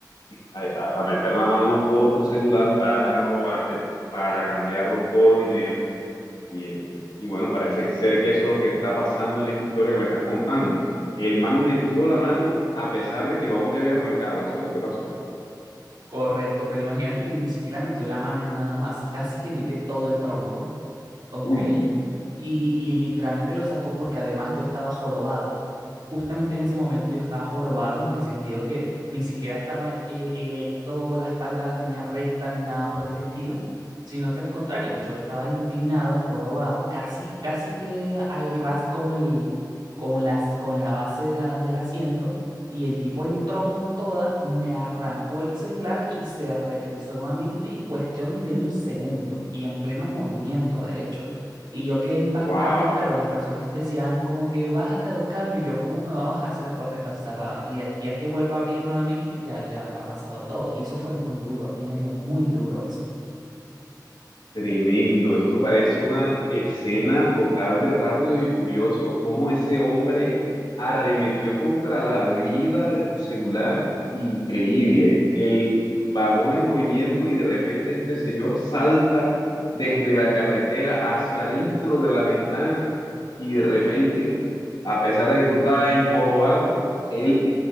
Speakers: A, on the left (about 80°); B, on the right (about 75°).
A: a, a- a meter la mano por tu celular para robarte, para cambiarlo por dinero. Y, eh, y bueno, parece ser que eso es lo que está pasando en esta historia que me estás contando. El man metió la mano a pesar de que el vagón ya había arrancado. Eso es lo que pasó.
B: Correcto, pero imagínate que ni siquiera metió la mano nada más, casi que mete todo el tronco, ¿ok?
A: Uy,
B: Y, y literalmente lo sacó porque además yo estaba jorobado. Justamente en ese momento yo estaba jorobado en el sentido que ni siquiera estaba eh, erecto, la espalda la tenía recta ni nada por el estilo, sino que al contrario, yo estaba inclinado, jorobado, casi, casi que al ras con el, con las, con la base de la, del asiento y el tipo entró con toda, me arrancó el celular y se regresó nuevamente en cuestión de un segundo y en pleno movimiento, de hecho. Y yo quedé impactado
A: wow.
B: y claro, las personas decían como que bájate a buscarlo y yo cómo me va a bajar si la puerta está cerrada. Y de aquí a que vuelva a abrir nuevamente, ya, ya habrá pasado todo. Y eso fue muy duro, a mí me dio muy duro eso.
A: Tremendo, esto parece una escena total de Rápido y Furioso, cómo ese hombre arremetió contra la vida de tu celular, increíble, el vagón en movimiento y de repente este señor salta desde la carretera hacia adentro de la ventana y de repente, a pesar de que tú estabas enjorobado, él